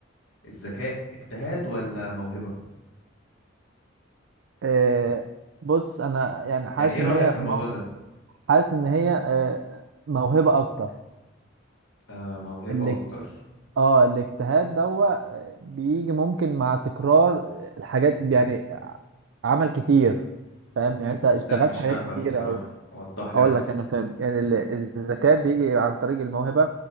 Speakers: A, on the left (about 80°); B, on the right (about 70°).
A: الذكاء اجتهاد ولا موهبة
B: آه بص انا يعني حاسس
A: يعني ايه
B: ان
A: رأيك
B: هي
A: في الموضوع
B: مو-
A: ده
B: حاسس ان هي آه موهبه اكتر
A: آه موهبة
B: اللي
A: اكتر
B: اه الاجتهاد دوا آه، بيجي ممكن مع تكرار الحاجات يعني آه، عمل كتير فاهم يعني انت اشتغلت
A: لا مش
B: حاجات
A: فاهمك
B: كتير
A: بصراحة
B: او
A: وضح لي
B: اقول
A: اكتر
B: لك انا فاهم يعني ال- الذكاء بيجي عن طريق الموهبه